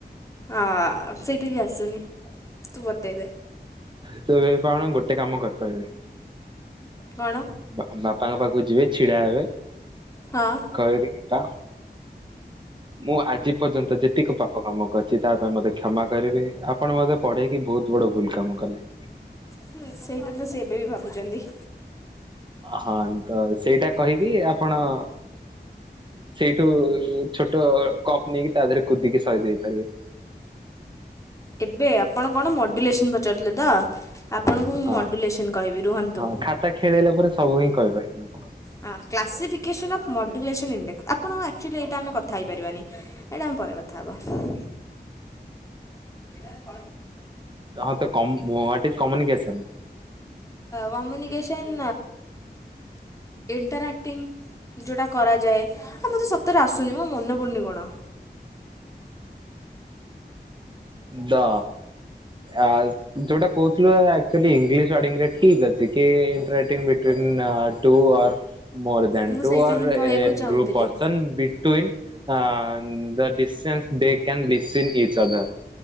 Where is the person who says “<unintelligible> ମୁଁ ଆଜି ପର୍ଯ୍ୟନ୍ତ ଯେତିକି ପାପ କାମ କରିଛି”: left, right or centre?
Right